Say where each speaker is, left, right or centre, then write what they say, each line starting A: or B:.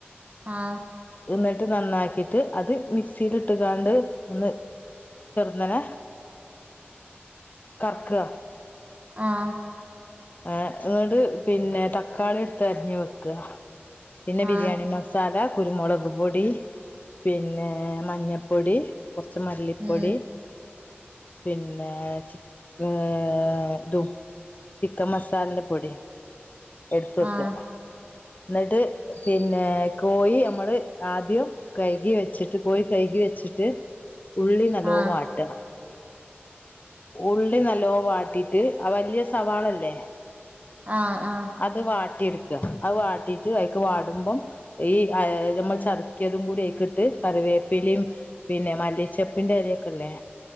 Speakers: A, on the right; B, on the left.
A: ആഹ്.
B: എന്നട്ട് നന്നാക്കീട്ട് അത് മിക്സീലിട്ട് കാണ്ട് ഒന്ന് ചെറുന്നനെ കറക്കാ-
A: ആഹ്.
B: ആഹ് എന്നട്ട് പിന്നെ തക്കാളിയെട്ത്ത് അരിഞ്ഞ് വെക്കാ പിന്നെ ബിരിയാണി
A: ആഹ്
B: മസ് സാല കുരുമൊളക് പൊടി പിന്നേ മഞ്ഞപ്പൊടി കൊറച്ച് മല്ലിപ്പൊടി
A: ഉം
B: പിന്നേ ചിക്ക് ഏഹ് തും ചിക്കൻ മസാലന്റ പൊടി എടുത്ത് വെക്കാ
A: ആഹ്
B: അഹ് എന്നട്ട് പിന്നേ കോയി നമ്മള് ആദ്യം കയികി വെച്ചിട്ട് കോയി കയികി വെച്ചിട്ട് ഉള്ളി നല്ലോം
A: ആഹ്
B: വാട്ട്അ. ഉള്ളി നല്ലോം വാട്ടീട്ട് ആഹ് വല്ല്യ സവാളല്ലേ
A: ആഹ് ആഹ്.
B: അത് വാട്ടിയെട്ക്കാ അത് വാട്ടീട്ട് അയിക്ക് വാടുമ്പം ഈ അയ് ഞമ്മൾ ചതക്കിയതും കൂടി അയിക്കിട്ട് കറിവേപ്പിലേം പിന്നെ മല്ലിച്ചെപ്പിന്റെ എലയൊക്കില്ലേ